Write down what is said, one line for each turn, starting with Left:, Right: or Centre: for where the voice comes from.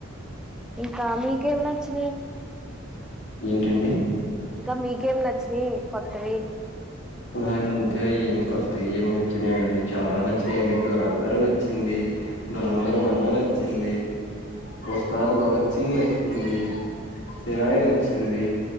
Centre: ఇంకా మీకేం నచ్చినాయి
Left: ఏంటండి
Centre: ఇంకా మీకేం నచ్చినాయి కొత్తవి
Left: నాకు ఇంకా ఏం అవేం నచ్చనాయండి చాలా నచ్చినాయండి దురేందర్ నచ్చింది దూరేందర్ నచ్చింది ఉస్తాద్ భగత్ సింగ్ నచ్చింది సిరాయి నచ్చింది